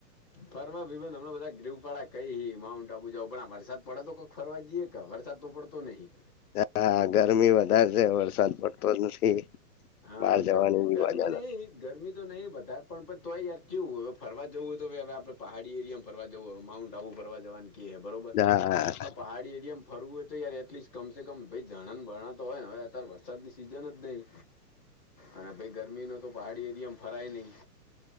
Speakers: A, in the centre; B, on the left (about 65°).
A: ફરવા ભઈબંધ હમણાં બધા ગ્રુપવાળા કઈ માઉન્ટ આબુ જાવ પણ આ વરસાદ પડે તો કોક ફરવા જઈએ ક વરસાદ તો પડતો નહીં.
B: હા ગરમી વધારે છે વરસાદ પડતો જ નથી.
A: હા
B: બહાર
A: ગરમી
B: જવાની બી
A: ગરમી
B: મજા નથી.
A: નહી. ગરમી તો નહી વધાર પણ તોય યાર કેવું હવે ફરવા જવું હોય તો હવે આપણે પહાડી એરિયામાં ફરવા જવું હ માઉન્ટ આબુ ફરવા જવાનું કે હે બરોબર
B: હા,
A: આ પહાડી એરિયામા. ફરવું હોય તો યાર એટલીસ્ટ કમ સ કમ ભાઈ ઝરણાં ને બરણા તો હોય ને હવે અત્યારે વરસાદની સિઝન જ નહીં. અને ભઈ ગરમી ન તો પહાડી એરિયામાં ફરાય નહી.